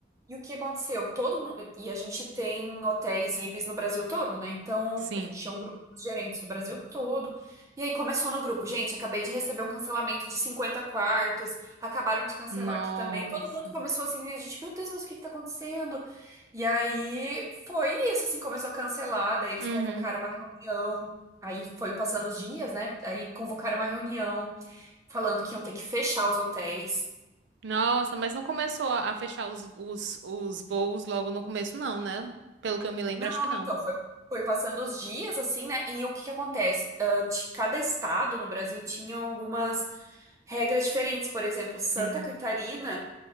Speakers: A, on the right (about 15°); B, on the right (about 75°).
A: E o que aconteceu? Todo mundo. E a gente tem hotéis Ibis no Brasil todo, né? Então,
B: Sim.
A: eu tinha o grupo dos gerentes do Brasil todo. E aí começou no grupo. Gente, acabei de receber um cancelamento de 50 quartos. Acabaram de cancelar
B: Nossa.
A: aqui também. Todo mundo começou assim, e a gente, meu Deus, mas o que que tá acontecendo? E aí foi isso, assim, começou a cancelar. Daí eles
B: Uhum.
A: convocaram uma reunião. Aí foi passando os dias, né? Aí convocaram uma reunião falando que iam ter que fechar os hotéis.
B: Nossa, mas não começou a a fechar os, os, os voos logo no começo, não, né? Pelo que eu me lembro,
A: Não,
B: acho que não.
A: então, foi, foi passando os dias, assim, né? E o que que acontece? Ah, ti- cada estado no Brasil tinha algumas regras diferentes. Por exemplo,
B: Sim.
A: Santa Catarina,